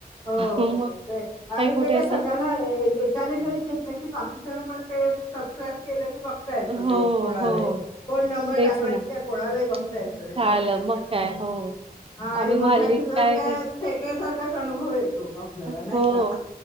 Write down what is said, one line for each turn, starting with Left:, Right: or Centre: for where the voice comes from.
Left: हो हो
Right: मग
Left: हो ते आणि
Right: काही कुठे
Left: ते काय
Right: असं
Left: सगळ्यांना एक एक त्याने जरी घेतलं की बाकीच्याना पण ते सबस्क्राईब केलं क बघता येतं
Right: हो,
Left: तेच कोणालाही
Right: हो.
Left: फोन नंबर
Right: तेच
Left: टाकला
Right: ना
Left: की काय कोणालाही बघता
Right: हं,
Left: येतं
Right: हं.
Left: त्याच्यामुळे
Right: झालं
Left: काय
Right: मग
Left: प्रश्न नाही.
Right: हो
Left: हां आणि
Right: आम्ही मग
Left: मोठ्या
Right: हल्ली
Left: टीव्हीवर काय
Right: ते
Left: थिएटर सारखंच अनुभव येतो आपल्याला
Right: हो.
Left: नाही का